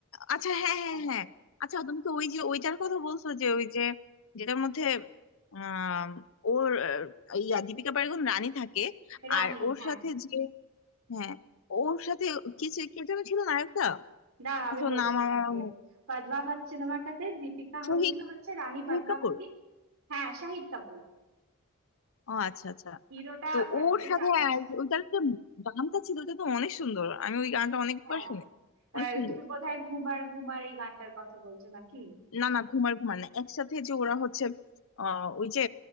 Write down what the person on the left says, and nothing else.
আচ্ছা হ্যাঁ হ্যাঁ
হ্যাঁ হ্যাঁ। আচ্ছা তুমি তো ওই যে ওইটার কথা বলছো যে ওই যে যেটার মধ্যে আম, ওর আহ, ইয়া দীপিকা পাড়ুকোন রানী থাকে
আর ওর
সাথে যে হ্যাঁ ওর সাথে কিছু কে যেন ছিল নায়কটা
আচ্ছা
ওর
নাম
আমার আমার মনে-
শহীদ
শহীদ
কাপুর
ও আচ্ছা আচ্ছা
তো
ওর
সাথে
আর
ওইটার যে গানটা ছিল ওটা তো অনেক সুন্দর আমি ওই গানটা অনেকবার
শুনি
অনেক সুন্দর
না না ঘুমার ঘুমার না একসাথে যে ওরা হচ্ছে আহ ওই যে